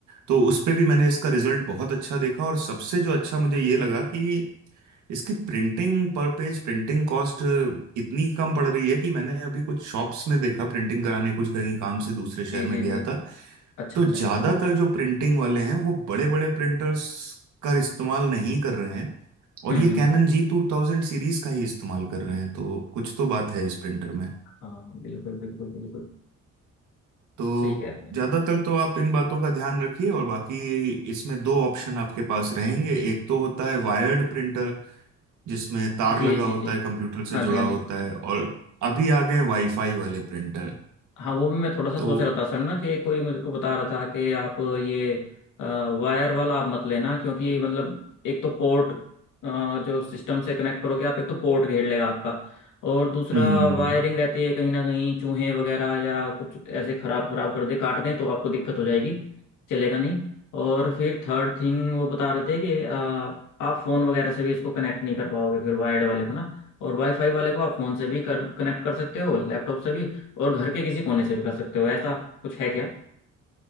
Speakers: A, on the right; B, on the left.
A: तो उस पे भी मैंने इसका रिजल्ट बहुत अच्छा देखा और सबसे जो अच्छा मुझे ये लगा कि इसकी printing per page printing cost इतनी कम पड़ रही है कि मैंने अभी कुछ शॉप्स में देखा प्रिंटिंग कराने कुछ कहीं काम से दूसरे शहर
B: जी जी
A: में गया
B: जी जी
A: था
B: अच्छा
A: तो
B: अच्छा
A: ज्यादातर जो प्रिंटिंग वाले हैं वो बड़े बड़े प्रिंटर्स का इस्तेमाल नहीं कर रहे हैं और
B: हम्म
A: ये
B: हम्म
A: कैनन जी टू थाउजेंड सीरीज का ही इस्तेमाल कर रहे हैं तो कुछ तो बात है इस प्रिंटर में
B: हाँ बिल्कुल बिल्कुल बिल्कुल
A: तो
B: सही कह रहे हैं
A: ज्यादातर तो आप इन बातों का ध्यान रखिए और बाकी इसमें दो ऑप्शन आपके पास रहेंगे एक तो होता है वायर्ड प्रिंटर जिसमें तार
B: जी
A: लगा
B: जी
A: होता
B: जी
A: है कंप्यूटर से
B: हाँ
A: जुड़ा
B: जी हाँ
A: होता
B: जी
A: है और अभी आ गए वाईफाई वाले प्रिंटर
B: हाँ वो भी मैं थोड़ा सा
A: तो
B: सोच रहा था सर ना कि कोई मुझे को बता रहा था कि आप ये वायर वाला आप मत लेना क्योंकि मतलब एक तो पोर्ट जो सिस्टम से कनेक्ट करोगे आप एक तो पोर्ट घेर लेगा आपका और दूसरा
A: हम्म
B: वायरिंग रहती है कहीं ना कहीं चूहे वगैरह या कुछ ऐसे खराब खराब कर दे काट दें तो आपको दिक्कत हो जाएगी चलेगा नहीं और फिर थर्ड थिंग वो बता रहे थे कि अ, आप फ़ोन वगैरह से भी इसको कनेक्ट नहीं कर पाओगे फिर वायर्ड वाले को ना और वाईफाई वाले को आप फ़ोन से भी कर कनेक्ट कर सकते हो लैपटॉप से भी और घर के किसी कोने से भी कर सकते हो ऐसा कुछ है क्या